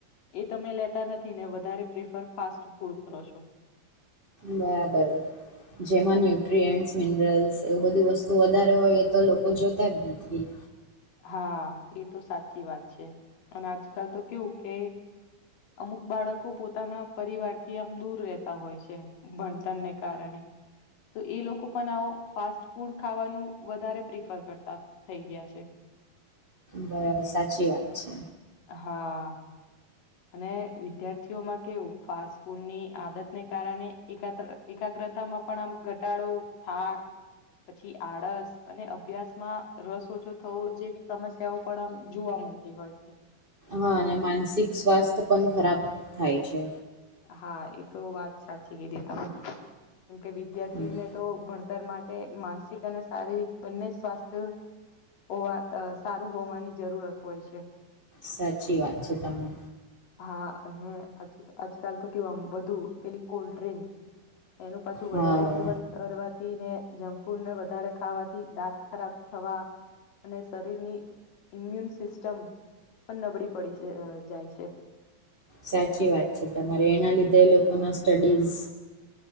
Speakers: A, on the left; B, on the right.
A: એ તમે લેતા નથી ને વધારે પ્રિફર ફાસ્ટ ફૂડ કરો છો
B: બરાબર જેમાં ન્યુટ્રીએન્ટસ મિનરલ્સ એવું બધી વસ્તુ વધારે હોય એ તો લોકો જોતા જ નથી
A: હા એ તો સાચી વાત છે અને આજકાલ તો કેવું કે અમુક બાળકો પોતાના પરિવારથી આમ દૂર રહેતા હોય છે ભણતરને કારણે તો એ લોકો પણ આવો ફાસ્ટ ફૂડ ખાવાનું વધારે પ્રિફર કરતા થઈ ગયા છે
B: બરાબર સાચી વાત છે
A: હા અને વિદ્યાર્થીઓમાં કેવું ફાસ્ટ ફૂડની આદતને કારણે એક એકાગ્ર તામાં પણ આમ ઘટાડો થાક પછી આળસ અને અભ્યાસમાં રસ ઓછો થવો જેવી સમસ્યાઓ પણ આમ જોવા મળતી હોય છે
B: હા અને માનસિક સ્વાસ્થ પણ ખરાબ થાય છે
A: હા એ તો વાત સાચી કીધી તમે કેમ કે વિદ્યાર્થીને
B: હમ
A: તો ભણ માટે માનસિક અને શારીરિક બંને સ્વાસ્થ્ય હોવા સારું હોવાની જરૂરત હોય છે
B: સાચી વાત છે તમને
A: હા અને આજકાલ તો કેવામ બુ પેલી કોલ્ડ ડ્રિંકસ એનું પાછું વધારે
B: હા
A: સેવન કરવા ને જંક ફૂડને વધારે ખાવાથી દાંત ખરાબ થવા અને શરીરની ઇમ્યુન સિસ્ટમ પણ નબળી પડી છે જાય છે
B: સાચી વાત છે તમારે એના લીધે લોકો ના સ્ટડીઝ